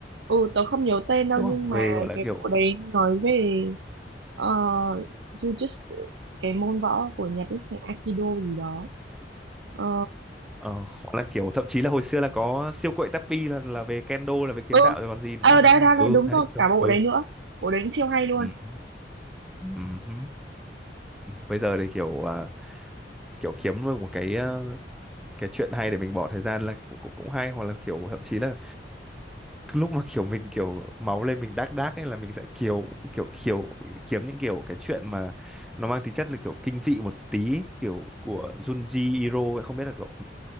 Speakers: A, on the right; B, in the centre.
A: ừ tớ không nhớ tên đâu
B: đúng
A: nhưng
B: không
A: mà
B: về gọi là
A: cái
B: kiểu
A: bộ đấy nói về ờ, jujutsu cái môn võ của Nhật ấy cái Aikido gì đó ờ,
B: ờ, gọi là kiểu thậm chí là hồi xưa là có siêu quậy Tappy là là về kendo là về kiếm
A: ừ
B: đạo rồi còn gì nữa
A: ờ đấy,
B: đúng
A: đấy,
B: không ừ
A: đấy đúng
B: đấy
A: rồi
B: kiểu
A: cả bộ
B: ừ
A: đấy nữa bộ đấy cũng siêu hay luôn
B: Ừm, ừm. bây giờ thì kiểu à, kiểu kiếm được một cái à, cái chuyện hay để mình bỏ thời gian là cũng, cũng cũng hay hoặc là kiểu thậm chí là lúc mà kiểu mình kiểu máu lên mình đác đác ấy là mình sẽ kiểu kiểu kiểu kiếm những kiểu cái chuyện mà nó mang tính chất là kiểu kinh dị một tí kiểu của Junji Ito ấy, không biết là cậu